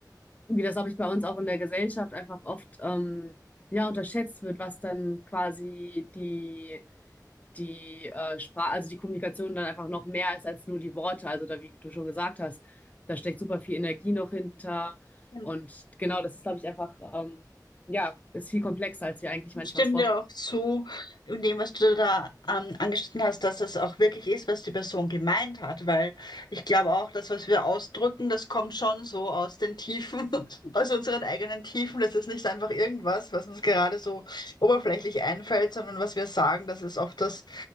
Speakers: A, on the left (about 20°); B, on the left (about 75°).
A: Wie das, glaube ich, bei uns auch in der Gesellschaft einfach oft ähm, ja, unterschätzt wird, was dann quasi die, die äh, Sprache, also die Kommunikation dann einfach noch mehr ist als nur die Worte. Also da, wie du schon gesagt hast, da steckt super viel Energie noch hinter.
B: genau.
A: Und genau, das ist, glaube ich, einfach, ähm, ja, ist viel komplexer, als wir eigentlich manchmal
B: Ich stimme
A: uns vorstellen.
B: dir auch zu in dem, was du da ähm, angeschnitten hast, dass das auch wirklich ist, was die Person gemeint hat, weil ich glaube auch, das, was wir ausdrücken, das kommt schon so aus den Tiefen, <laughs> aus unseren eigenen Tiefen. Das ist nicht einfach irgendwas, was uns gerade so oberflächlich einfällt, sondern was wir sagen, das ist oft das